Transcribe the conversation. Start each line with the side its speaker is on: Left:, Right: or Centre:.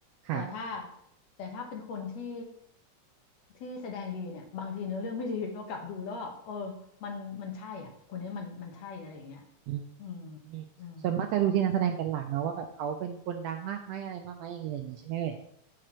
Right: ค่ะ
Left: แต่ถ้าแต่ถ้าเป็นคนที่ที่แสดงดีเนี่ยบางทีเนื้อเรื่องไม่ดีเรากลับดูแล้วแบบเออมันมันใช่อ่ะคนนี้มันมันใช่อะไรอย่างเงี้ย
Right: อืม
Left: อืม
Right: อืมส่วนมากจะดูที่นักแสดงเป็นหลักเนอะว่าแบบเขาเป็นคนดังมากไหมอะไรมากไหมอย่างนี้อะไรอย่างนี้ใช่ไหมเอ่ย
Left: อืม